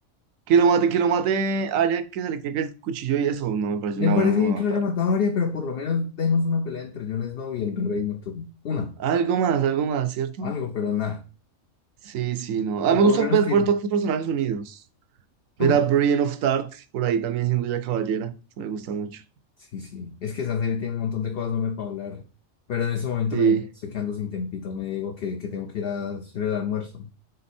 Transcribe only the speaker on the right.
Que lo mate, que lo mate, haría que se le caiga el cuchillo y eso no me parece
una
buena forma
de
matarlo.
Algo más, algo más, ¿cierto?
Sí, sí, no. Ah,
me
gusta
ver,
ver todos los personajes unidos.
Ver a Brienne of Tarth por ahí también siendo ya caballera. Eso me gusta mucho.
Sí,